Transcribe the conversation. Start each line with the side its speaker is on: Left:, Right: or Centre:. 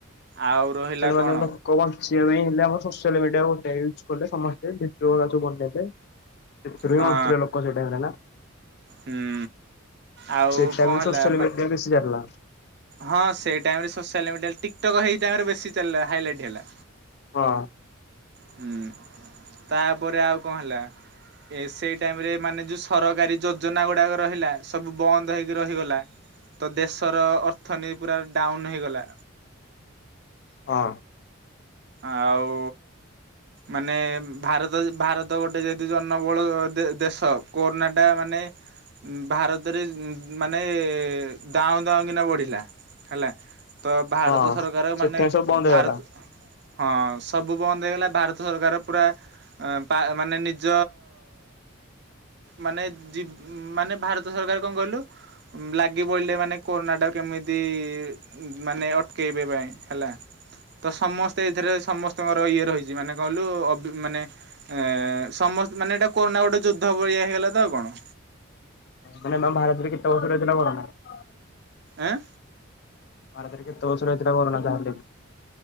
Right: ଆଉ ରହିଲା
Left: ମାନେ
Right: କଣ
Left: ଲୋକ ବଞ୍ଚି ଞ୍ଚିବା ପାଇଁ ହେଲେ ଆମ ସୋସିଆଲ ମିଡିଆ ଗୋଟେ ୟୁଜ୍ କଲେ ସମସ୍ତେ ଭିଡିଓ ଗୁଡା ସବୁ ବନେଇଲେ। ସେଥିରୁ
Right: ହଁ
Left: ବି ବଞ୍ଚିଲେ ଲୋକ ସେଇ ଟାଇମ୍ ରେ ନା।
Right: ହୁଁ। ଆଉ
Left: ସେ ଟାଇମ୍
Right: କଣ ହେଲା
Left: ସୋସିଆଲ
Right: ମା
Left: ମିଡିଆ ବେଶି ଚାଲିଲା।
Right: ହଁ ସେଇ ଟାଇମ୍ ରେ ସୋସିଆଲ ମିଡିଆ ଟିକଟକ୍ ହେଇ ଟାଇମ୍ ରେ ବେଶି ଚାଲିଲା ହାଇଲାଇଟ୍ ହେଲା।
Left: ହଁ।
Right: ହୁଁ, ତାପରେ ଆଉ କଣ ହେଲା? ଏ ସେଇ ଟାଇମ୍ ରେ ମାନେ ଯୋଉ ସରକାରୀ ଯୋଜନା ଗୁଡାକ ରହିଲା ସବୁ ବନ୍ଦ ହେଇକି ରହିଗଲା। ତ ଦେଶର ଅର୍ଥନୀତି ପୁରା ଡାଉନ୍ ହୋଇଗଲା।
Left: ହଁ।
Right: ଆଉ ମାନେ ଭାରତ ଭାରତ ଗୋଟେ ଯେହେତୁ ଜନବହୁଳ ଦେ-ଦେଶ କୋରୋନା ଟା ମାନେ ନେ ଉଁ, ଭାରତରେ ମାନେ ଉଁ, ଦାଉଁ ଦାଉଁ କିନା ବଢିଲା ହେଲା। ତ ଭାରତ
Left: ହଁ।
Right: ସରକାର ଏ
Left: ସେଥିପାଇଁ
Right: ମାନେ
Left: ସବୁ ବନ୍ଦ ହେଇଗଲା
Right: ଭାରତ ହଁ ସବୁ ବନ୍ଦ ହେଇଗଲା। ଭାରତ ସରକାର ପୁରା ଅଁ, ପା- ମାନେ ନିଜ ମାନେ ଜିବ ମାନେ ଭାରତ ସରକାର କଣ କହିଲୁ ଉଁ, ଲାଗି ପଇଲେ ମାନେ କୋରୋନା ଟା କେ କେମିତି ଉଁ, ମାନେ ଅଟକେଇ ବେ ପାଇଁ ହେଲା। ତ ସମସ ସେଇଥିରେ ସମସ୍ତଙ୍କର ଇଏ ରହିଚି ମାନେ କହିଲୁ ଅବି ମାନେ ଏଁ, ସମସ୍ତେ ମାନେ ଏଟା କୋର ଗୋଟେ ଯୁଦ୍ଧ ବଳିଆ ହେଇଗଲା ତ ଆଉ କଣ।
Left: ମାନେ ମା ଭହାରତରେ କେତ ବର୍ଷ <unintelligible>
Right: ଏଁ?
Left: ଭାରତରେ କେତେ ବର୍ଷ ରହିଥିଲା କୋରନା ଯାଆନ୍ତା କି।